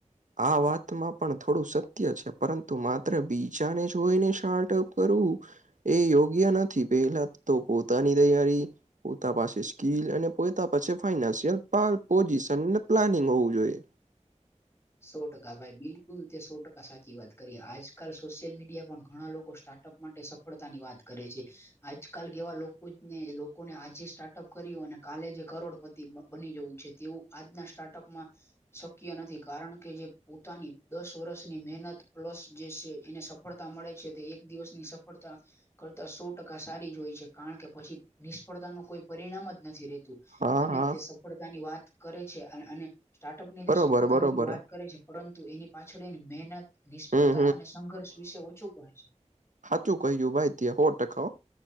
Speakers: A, on the right; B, on the left.
A: આ વાતમાં પણ થોડું સત્ય છે, પરંતુ માત્ર બીજાને જોઈને શાર્ટઅપ કરવુ. એ યોગ્ય નથી પેહલા તો પોતાની તૈયારી પોતા પાસે સ્કીલ અને પોયતા પાસે ફાઈનાન્શિયલ પાય પોઝિશન પ્લાનિંગ હોવું જોઈએ.
B: સો ટકા ભાઈ બિલકુલ તે સો ટકા સાચી વાત કરી, આજકાલ સોશિયલ મીડિયા પણ ઘણા લોકો સ્ટાર્ટ ટપ માટે સફળતા ની વાત કરે છે. આજકાલ કેવા લોકો જ ને લોકોને આજે સ્ટાર્ટઅપ કર્યુ, અને કાલે જે કરોડપતિ બ બની જવું છે. તેવું આજના સ્ટાર્ટઅપમાં શક્ય નથી કારણ કે જે પોતાની દસ વર્ષની મેનત પ્લસ જે સે એને સફળતા મળે છે તે એક દિવસની સફ પડતા કરતા સો ટકા સારી જ હોય છે, કારણ કે પછી નિષ્ફળતા નો કોઈ પરિણામ જ નથી રે. તુ
A: હા
B: અને
A: હા
B: તે સફળતા ની વાત કરે છે અને અને સ્ટાર્ટઅપ ની તે
A: બરોબર
B: સફળતા
A: બરોબર
B: ની વાત કરે છે, પળંતુ એની પાછળ એન મેનત નિષ્ફળતા
A: હમ
B: અને સંઘર્ષ વિશે ઓછું કહે છે.
A: હાચું કહ્યું ભાઈ ત્યે હો ટકા હો.